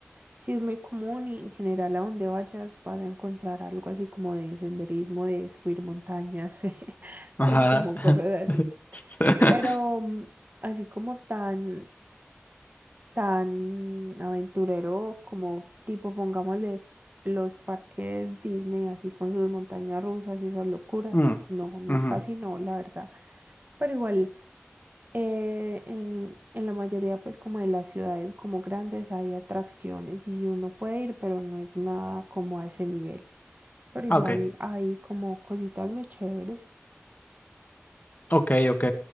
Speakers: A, on the right; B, on the left.
A: sí es muy común y en general a donde vayas vas a encontrar algo así como de senderismo, de subir montañas, <laughs>
B: Ajá.
A: pues como cosas así.
B: <laughs>
A: Pero mm, así como tan, tan aventurero, como tipo, pongámosle, los parques Disney, así con sus montañas rusas y esas locuras.
B: Mm,
A: No, no,
B: ujú.
A: casi no, la verdad. Pero igual. Eh, en, en la mayoría, pues como de las ciudades como grandes hay atracciones y uno puede ir, pero no es nada como a ese nivel. Pero igual
B: Ah, Ok.
A: hay como cositas muy chéveres.
B: Ok, ok.